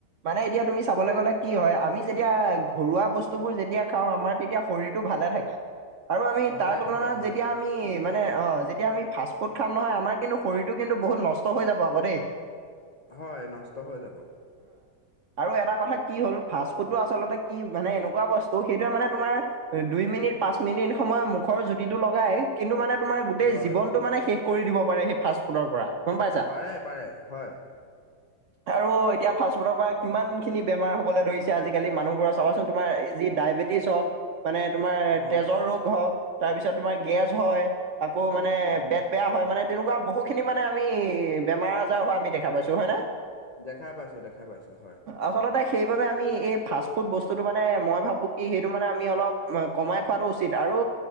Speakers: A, on the right (about 70°); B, on the left (about 80°).
A: মানে এতিয়া তুমি চাবলৈ গ'লে কি হয়, আমি যেতিয়া ঘৰুৱা বস্তুবোৰ যেতিয়া খাওঁ আমাৰ তেতিয়া শৰীৰতটো ভালে থাকে, আৰু আমি
B: ভালে
A: তাৰ তুলনাত
B: থাকে হয়
A: যেতিয়া আমি মানে অ', যেতিয়া আমি ফাষ্ট ফুড খাম নহয় আমাৰ কিন্তু শৰীৰতটো কিন্তু বহুত নষ্ট হৈ যাব আকৌ দেই।
B: হয়, নষ্ট হৈ যাব।
A: আৰু এটা কথা কি হ'ল ফাষ্ট ফুডটো আচলতে কি মানে এনেকুৱা বস্তু। ত' সেইটো মানে তোমাৰ দুই মিনিট পাঁচ মিনিট সময় মুখৰ জুতিটো লগাই। কিন্তু, মানে তোমাৰ গোটেই
B: হয়
A: জীৱনতটো মানে শেষ কৰি দিব পাৰে সেই ফাষ্ট ফুডৰ পৰা। গম পাইছা
B: পাৰে পাৰে হয়।
A: <inaudible> আৰু এতিয়া ফাষ্টফুডৰ পৰা কিমান খিনি বেমাৰ হবলৈ ধৰিছে, আজিকালি মানুহ বোৰ চাবাচোন তোমাৰ এই যি ডায়েবেটিছ হওক মানে তোমাৰ
B: অ
A: তেজৰ ৰোগ হওক। তাৰপিছত তোমাৰ গেজ হয়, আকৌ মানে
B: উম
A: পেট বেয়া হয়, মানে তেনেকুৱা বহু খিনি মানে আমি বেমাৰ আজাৰ হোৱা আমি দেখা পাইছোঁ, হয় নে?
B: দেখা পাইছোঁ, দেখা পাইছোঁ হয়।
A: আচলতে সেইবাবে আমি এই ফাষ্ট ফুড বস্তুতটো মানে মই ভাবো কি সেইটো মানে আমি অলপ কমাই খোৱাতটো উচিত আৰু